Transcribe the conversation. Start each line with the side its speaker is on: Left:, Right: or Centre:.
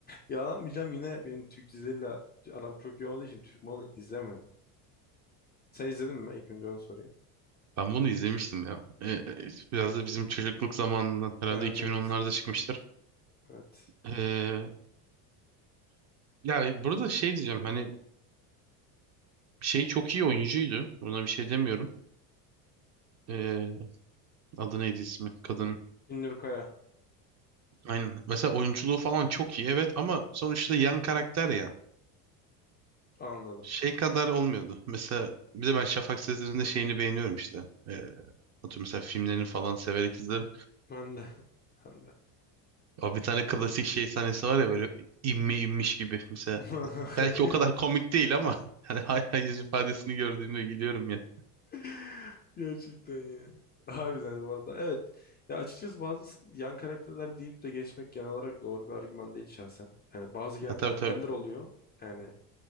Left: Yalanmayacağım yine benim Türk dizileriyle aram çok iyi olduğu için Türk malını izlemedim. Sen izledin mi? İlk önce onu sorayım.
Right: Ben bunu izlemiştim ya. Ee, biraz da bizim çocukluk zamanından herhalde
Left: Evet
Right: 2010'larda
Left: evet.
Right: çıkmıştır.
Left: Evet.
Right: Ee, ya burada şey diyeceğim hani şey çok iyi oyuncuydu. Buna bir şey demiyorum. Ee, adı neydi ismi? Kadın.
Left: Binnur Kaya.
Right: Aynen. Mesela oyunculuğu falan çok iyi evet ama sonuçta yan karakter ya.
Left: Anladım.
Right: Şey kadar olmuyordu. Mesela bir de ben Şafak Sezer'in de şeyini beğeniyorum işte. Ee, atıyorum mesela filmlerini falan severek izlerim.
Left: Ben de. <laughs> Ben de.
Right: O bir tane klasik şey sahnesi var ya böyle inme inmiş gibi. Mesela
Left: <laughs>
Right: Belki o kadar komik değil ama <laughs> hani hala yüz ifadesini gördüğümde gülüyorum ya.
Left: <laughs> Gerçekten ya. Harbiden bu arada. Evet. Ya açıkçası bazı yan karakterler deyip de geçmek genel olarak doğru bir argüman değil şahsen. Yani bazı yan
Right: Ya tabii
Left: karakterler
Right: tabii.
Left: oluyor. Yani